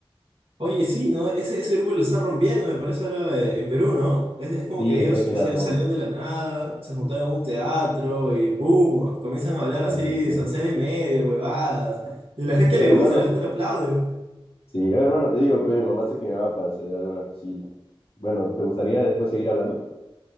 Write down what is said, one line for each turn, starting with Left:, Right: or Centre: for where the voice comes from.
Right: Oye, sí, ¿no? Ese, ese grupo lo están rompiendo, me parece, ahora eh, en Perú, ¿no? Es, es como
Left: Sí,
Right: que
Left: está
Right: ellos
Left: que la
Right: hicieron,
Left: rompe.
Right: salieron de la nada, se juntaron a un teatro y ¡boom! Comienzan a hablar
Left: Sí,
Right: así,
Left: pues.
Right: soncera y media, huevadas. Y la
Left: sí.
Right: gente
Left: Oye,
Right: le gusta,
Left: hermano.
Right: la gente le aplaude.
Left: Sí, oye, hermano, te digo, pues mi mamá se quemaba para hacer algo en la cocina. Bueno, ¿te gustaría después seguir hablando?